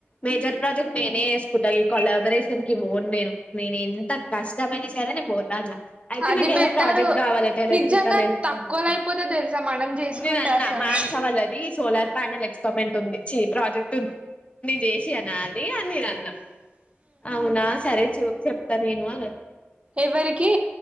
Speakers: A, on the left; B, on the right.
A: మేజర్ ప్రాజెక్ట్ నేనే చేసుకుంటా ఈ కొలాబరేషన్ కి బఓన్ నేను నేను ఎంత కష్టమైనా సరే నేను పోతాన్నా, అయితే
B: అది
A: మాకు ఏదో
B: బెటరు
A: ప్రాజెక్ట్ కావాలట ఎలక్ట్రికల్,
B: నిజంగా
A: ఎలక్ట్రానిక్
B: తక్కువలో అయిపోతే తెలుసా మనం చేసుకుంటే
A: నేన అన్నా
B: అసలు
A: మాన్స్ వాళ్ల అది సోలార్ ప్యానల్ ఎక్స్టమెంట్ ఉంది చే ప్రాజెక్ట్ ఉంది నీ దేశినా అది అన్నినా అన్న అవునా సరే చూ చెప్తా నేను అ
B: ఎవరికి